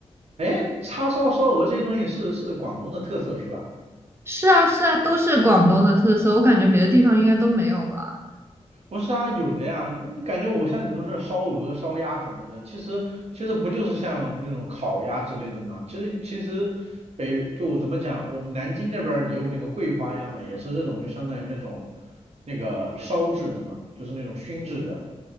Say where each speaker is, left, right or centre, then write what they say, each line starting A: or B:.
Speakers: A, on the right (about 65°); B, on the right (about 20°).
A: 哎，叉烧、烧鹅这些东西是是广东的特色是吧？
B: 是啊是啊，都是广东的特色，我感觉别的地方应该都没有吧。
A: 不是啊，有的呀。你感觉我像你都是烧鹅、烧鸭什么的，其实其实不就是像那种烤鸭之类的吗？其实其实北就怎么讲，我们南京那边儿也有那个桂花鸭嘛，也是这种就相当于那种那个烧制的嘛，就是那种熏制的。